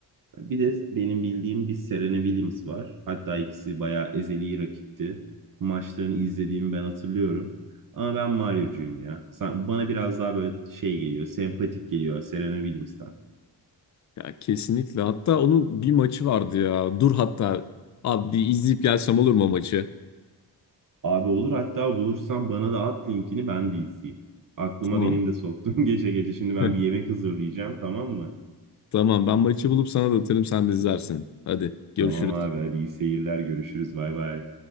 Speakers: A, on the right; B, on the left.
A: Bir de benim bildiğim bir Serena Williams var. Hatta ikisi bayağı ezeli rakipti. Maçlarını izlediğimi ben hatırlıyorum. Ama ben Mario'cuyum ya. Sen- Bana biraz daha böyle şey geliyor, sempatik geliyor Serena Williams'tan.
B: Ya kesinlikle. Hatta onun bir maçı vardı ya. Dur hatta abi bir izleyip gelsem olur mu o maçı?
A: Abi olur hatta bulursan bana da at linkini ben de izleyeyim. Aklıma
B: Tamam.
A: benim de soktun <laughs> gece gece. Şimdi ben
B: <laughs>
A: bir yemek hazırlayacağım tamam mı?
B: Tamam ben maçı bulup sana da atarım sen de izlersin. Hadi görüşürüz.
A: Tamam abi hadi iyi seyirler görüşürüz bay bay.